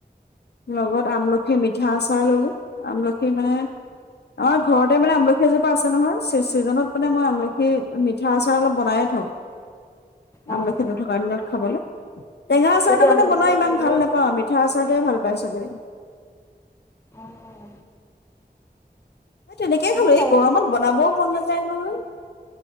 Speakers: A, on the left; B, on the left.
A: লগত আমলখি মিঠা আচাৰ ললো আমলখি মানে আমাৰ ঘৰতে মানে আমলখি এজোপা আছে নহয় চিজনত মানে মই আমলখি মিঠা আচাৰ অলপ বনাইে থওঁ।
B: অ',
A: আমলখি নথকাৰ দিনত খাবলৈ টেঙা
B: এতিয়াতো
A: আচাৰটো
B: আমলখি
A: মানে বনায় ইমান
B: গ'লেই
A: ভাল নাপাওঁ মিঠা আচাৰটোহে ভাল ভাল পাই চবেই
B: অ',
A: মই তেনেকে
B: হয়
A: খালো
B: বাৰু
A: এই গৰমত বনাবও মন নাযায় জয়া নহয়